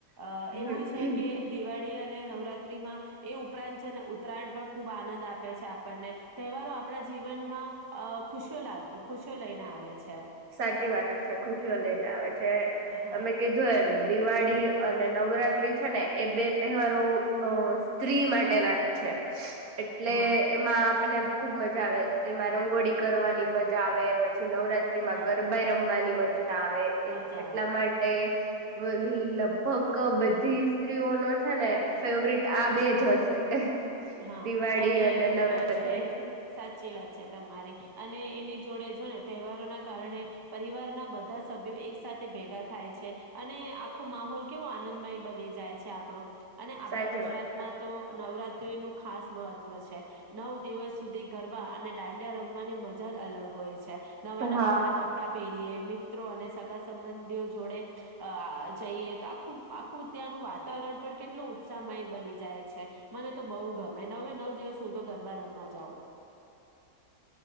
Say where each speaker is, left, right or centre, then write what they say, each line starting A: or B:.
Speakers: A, on the right; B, on the right.
A: અ એવું
B: હમ
A: છે કે દિવાળી અને નવરાત્રીમાં એ ઉપરાંત છે ને ઉત્તરાયણ પણ ખુબ આનંદ આપે આપે છે આપણને તહેવારો આપણા જી જીનમાં અ ખુશીઓ લાવ ખુશીઓ લઈને આવે છે
B: સાચી વાત છે ખુશીઓ લઈ ને આવે છે છે
A: હા
B: તમે કીધું એમ દિવાળી અને નવરાત્રી છે ને એ બે તહેવારોો અ સ્ત્રી માટે ના છે એટલે
A: હા
B: એમાં આપને ખુબ મજા આવે એમાં રંગોળી કરવાની મજા આવે પછી નવત્રીમાં
A: હા
B: ગરબાાઈ રમવાની મજા આવે
A: મજા
B: એટલા
A: આવે
B: માટે લગભગ બધી સ્ત્રીઓ નો છે ને ફેવરિટ આ બે જ હશે
A: હા
B: દિવાળી
A: અને એ
B: નવરાત્રી
A: તો છે જ સાચી વાત છે તમારી અને એની જોડે જો ને તહેવારો ના કારણે પરિવારના બધા સભ્યો એક સાથે ભેગા થાય છે અને આખો માહોલ કેવો આનંદમય બની જાય છે આપડો અને આપણા
B: સાચી
A: ગુજરાતમાં
B: વાત છે.
A: તો નવરાત નું ખાસ મહત્વ છે નવ દ દિવસ સુધી ગરબા અને દાંડિયા રમવાની મજા જ અલગ હોય છે નવા નવા
B: હા
A: આપણા કપડા પહે મિત્રો અને સગા સંબંધીઓ જોડે જઈએ તો આખું આખું ત્યાંનું વાતાવરણ પણ કેટલું સમય બની જાય છે મને બહ ગમે નવે નવ દિવસ હું તો ગરબા રમમાં જાઉં